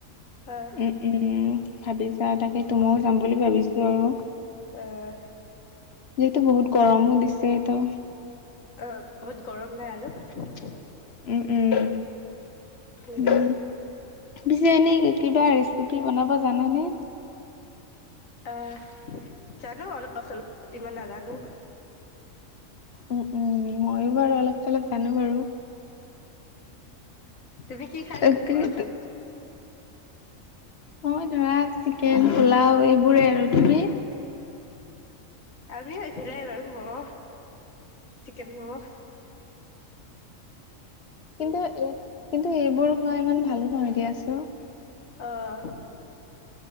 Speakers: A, on the left; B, on the left.
A: অহ।
B: উম উম ভাবিছা তাকেটো। মইও যাম বুলি ভাবিছো আৰু।
A: অঁ।
B: যিহেতু বহুত গৰমো দিছে এত।
A: ব-বহুত গৰম নাই আৰু।
B: উম, উম।
A: উম
B: উ পিছে এনেই কিবা ৰেচিপি বনাব জানেনে?
A: আহ জানো অলপ চলপ, ইমান নাজানো।
B: উম, উম। মইও বাৰু অলপ চলপ জানো বাৰু।
A: তুমি কি খাই
B: তাকেইটো।
A: ভাল পোৱা
B: মই ধৰা চিকেন, পোলাও এইবোৰেই আৰু তুমি?
A: আমিও হৈছিলে বাৰু ম'ম', চিকেন ম'ম' অঁ।
B: কিন্তু এ কিন্তু এইবোৰ খোৱা ইমান ভালো নহয় দিয়াচোন।
A: আহ।